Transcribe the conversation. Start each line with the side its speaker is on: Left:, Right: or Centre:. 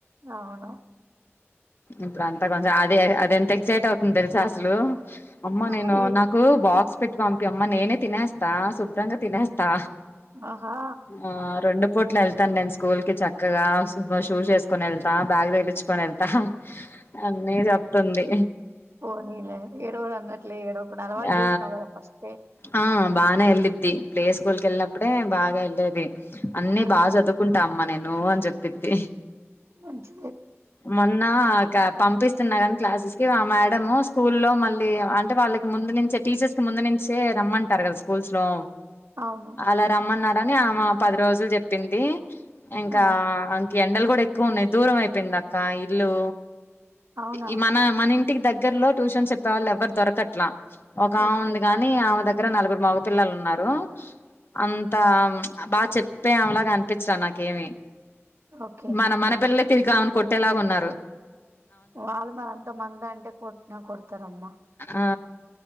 Right: అవును
Left: ఇప్పుడు అంతా కొంచెం అది అది ఎంత ఎగ్జైట్ అవుతుంది తెలుసా అస్సలు అమ్మ నేను
Right: అయ్యో.
Left: నాకు బాక్స్ పెట్టి పంపి అమ్మ నేనే తినేస్తా సు శుభ్రంగా తినేస్తా
Right: ఆహా
Left: ఆ రెండు పూట్ల ఎల్ తన్ నేన్‌ స్కూల్ కి చక్కగా సూపర్ షూస్ వేసుకొని వెళ్తా బ్యాగ్ తెగిలించు పొని వెళ్త హ అన్నీ చెప్తుంది
Right: పోనీలే ఏడవను అన్నట్లే ఏడవకుండా అలవాటు
Left: ఆ
Right: చేసినావు కదా ఫస్టే
Left: ఆ ఆ బానే వెళ్ళిద్ది ప్లే స్కూల్ కెళ్ళప్పుడే బాగా వెళ్లేేది అన్నీ
Right: అదే
Left: బా చుదుకుంటా అమ్మ నేను అన్ చెప్పింది
Right: మంచ్
Left: మొన్న ఆక్రాబ్ పంపిస్తున్నగని క్లాసెస్ కి ఆ మేడము స్కూల్ లో మళ్ళీ అంటే వాళ్ళకి ముందు నించే టీచర్స్ కి ముందు నించే రమ్మంటారు కదా స్కూల్స్ లో
Right: అవును
Left: అలా రమ్మన్నార్ అని ఆమ పదిరోజుల్ చెప్పింది ఇంకా
Right: ఆ
Left: అంకె ఎండలు కూడా ఎ కోన్ని దూరమై పెండా కా ఇల్లు
Right: అవునా
Left: ఈ మన మన ఇం ఇంటికి దగ్గర లో ట్యూషన్ చెప్పేవాళ్ళ ఎవరు దొరకట్లా ఒక ఆమ
Right: ఓకే
Left: ఉంది కాగాని ఆమె దగ్గర దగ్గర నలుగురు మగ పిల్లలు ఉన్నారు అంతా బాగా చెప్పే అమలాగా అనిపించరలా నాకేమి
Right: ఓకే
Left: మన మన పిల్ల తగావునుట్ ఎలాగున్నారు
Right: వాళ్ళు మరి అంత మంద అంటే కొట్నా కొడతారమ్మా
Left: ఆ